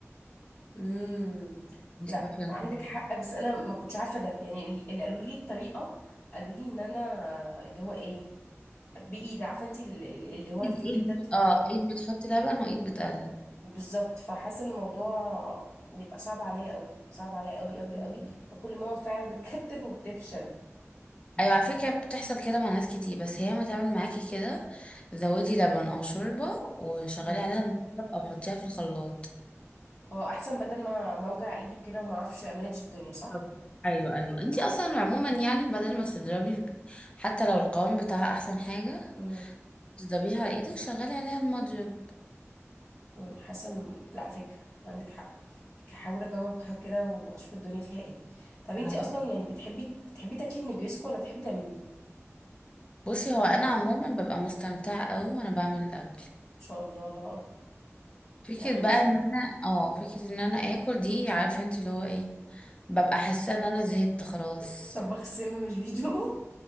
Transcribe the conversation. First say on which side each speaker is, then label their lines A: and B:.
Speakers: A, on the left; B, on the left.
A: امم
B: مش
A: لا
B: طافيه النار
A: عندك حق بس انا ما كنتش عارفه ده يعني ال- اللي قالوا لي الطريقه قالوا لي ان انا اللي هو ايه بايد عارفه انت اللي هو
B: ايد
A: في
B: ايد
A: ايد ده
B: بت-
A: ت-
B: اه ايد بتحطي لبن وايد بتقلب
A: بالظبط فحاسه إن الموضوع بيبقى صعب عليا قوي صعب عليا قوي
B: <laughs>
A: قوي قوي فكل ماما فعلا بتكتل وبتفشل
B: ايوه على فكره بتحصل كده مع ناس كتير بس هي ما تعمل معاكي كده زودي لبن او شوربه وشغلي
A: امم
B: عليها المقلب او حطيها في الخلاط
A: هو احسن بدل ما ما اوجع ايدي وكده وما اعرفش امانج الدنيا صح
B: طب ايوه ايوه انتي اصلا عموما يعني بدل ما تضربي حتى لو القوام بتاعها احسن حاجه
A: امم
B: تضربيها على ايدك شغلي عليها المضرب
A: مم، حاسه إن- لا فكره عندك حق هحاول اجاوبها كده واشوف الدنيا فيها ايه طب انتي
B: هتبقى-
A: اصلا يعني بتحبي بتحبي تاكلي النجريسكو ولا بتحبي تعمليه ان
B: بصي هو انا عموما ببقى مستمتعه قوي وانا بعمل الاكل
A: شاء الله الله اكبر
B: فكره
A: يعني مش
B: بقى ان انا اه فكره ان انا اكل دي عارفه انت اللي هو ايه ببقى حاسه ان انا زهقت خلاص
A: <laughs> طباخ السم مش بيدوقه